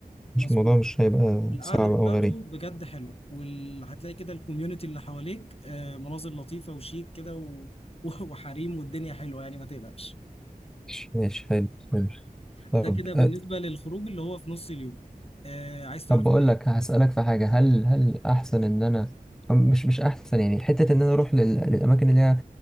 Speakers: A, in the centre; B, on the left (about 40°).
A: مش
B: مظبوط
A: الموضوع مش هيبقى
B: والقعده
A: صعب
B: بتاعته
A: أو غريب
B: بجد حلوه وهتلاقي كده الكوميونتي اللي حواليك آه، مناظر لطيفه وشيك كده و- <laughs> وحريم والدنيا حلوه يعني ما تقلقش
A: ماشي ماشي، حلو حلو طب
B: ده كده بالنسبه
A: أ-
B: للخروج اللي هو في نص اليوم آه، عايز تعرف
A: طب بقول
B: إيه؟
A: لك هسألك في حاجة هل هل أحسن إن أنا أم- مش مش أحسن يعني حتة إن أنا أروح لل- للأماكن اللي هي